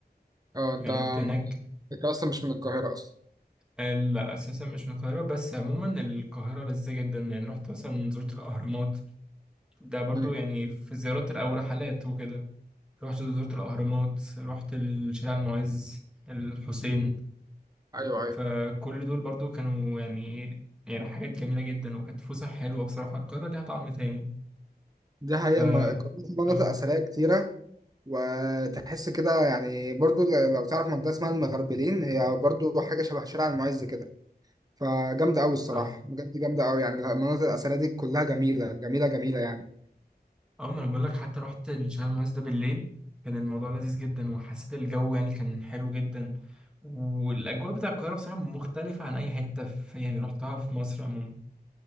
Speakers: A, on the right; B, in the centre.
A: اه أنت
B: يعني رحت هناك
A: مع- أنت أصلا مش من القاهرة أصلا
B: آه، لا اساسا مش من القاهره بس عموما القاهره لذيذه جدا يعني رحت مثلا زرت الاهرامات ده برضو
A: مم.
B: يعني في زيارات او رحلات وكده رحت زرت الاهرامات رحت الشارع المعز الحسين
A: أيوة أيوة
B: فكل دول برضو كانوا يعني يعني حاجات جميله جدا وكانت فسح حلوه بصراحه القاهره ليها طعم تاني
A: دي حقيقة
B: ف
A: ما- القاهرة في مناطق
B: اه
A: أثرية كتيرة وتحس كده يعني برضو ل- لو تعرف منطقة اسمها المغربلين هي برضو حاجة شبه شارع المعز كده فجامدة أوي الصراحة
B: مم.
A: بجد جامدة أوي يعني المناطق الأثرية دي كلها جميلة جميلة جميلة يعني
B: اه ما انا بقول لك حتى رحت الشهر المعز ده بالليل كان الموضوع لذيذ جدا وحسيت الجو يعني كان حلو جدا والاجواء بتاع القاهره بصراحه مختلفه عن اي حته في يعني رحتها في مصر عموما